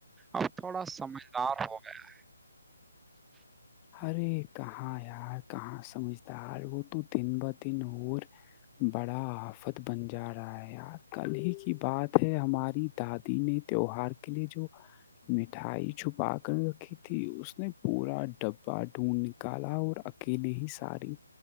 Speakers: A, in the centre; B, on the left (about 20°).
A: اب تھوڑا سمجدار ہو گیا ہے <inaudible>
B: ہرے کہاں یار کہاں سمجھدار وہ تو دن بہ دن اور بڑا آفت بن جا رہا ہے یار کل ہی کی بات ہے ہماری دادی نے تیوہار کے لیے جو مٹھائی پاکن رکھی تھی اس نے پورا ڈبا ڈھونڈ نکالا اور اکیلے ہی ساری